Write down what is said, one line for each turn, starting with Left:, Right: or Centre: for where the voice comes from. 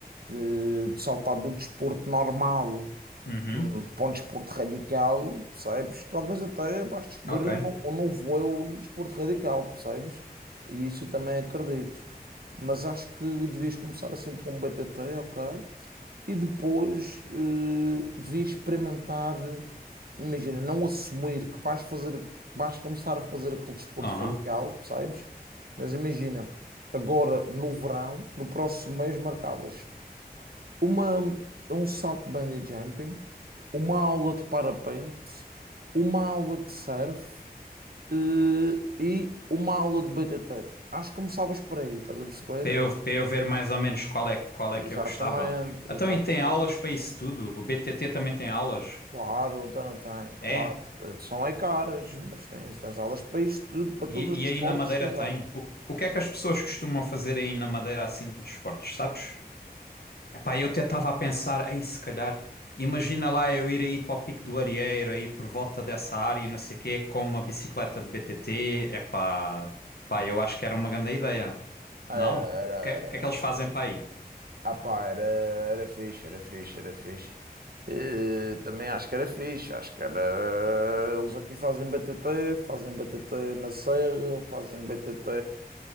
Right: de, de saltar do desporto normal
Left: Uhum.
Right: hum, para um desporto radical, percebes? Talvez até vais descobrir
Left: Ok.
Right: um, no- um novo eu no desporto radical, percebes? E isso eu também acredito. Mas acho que devias começar assim por um BTT, ok? E depois eh, devias experimentar, imagina, não assumir que vais fazer, que vais começar a fazer aquele desporto
Left: Aham.
Right: radical, percebes? Mas imagina, agora no verão, no próximo mês marcavas uma, um salto de bungee jumping, uma aula de parapente, uma aula de surf eh, e uma aula de BTT. Acho que começavas por aí, estás a perceber?
Left: Para eu, para eu ver mais ou menos qual é, qual
Right: Exatamente,
Left: é que eu gostava. Então,
Right: exatamente.
Left: e tem aulas para isso tudo? O BTT também tem aulas?
Right: Claro, então não tem, claro.
Left: É.
Right: Eh, São aí caras, mas tens as aulas para isto tudo, para todos
Left: E,
Right: os desportos,
Left: e aí na Madeira
Right: tens
Left: tem.
Right: aulas.
Left: O, o que é que as pessoas costumam fazer aí na Madeira assim de esportes, sabes? Epá, eu até estava a pensar, ei, se calhar, imagina lá eu ir aí para o Pico do Arieiro, aí por volta dessa área e não sei o quê, com uma bicicleta de BTT. Epá, pá, eu acho que era uma grande ideia. Não?
Right: Era, era,
Left: O que, é-
Right: era,
Left: o que é que
Right: era.
Left: eles fazem
Right: era.
Left: para aí?
Right: Ah pá, era, era fixe, era fixe, era fixe. Eh, também acho que era fixe, acho que era. Eles aqui fazem BTT, fazem BTT na Serra, fazem BTT,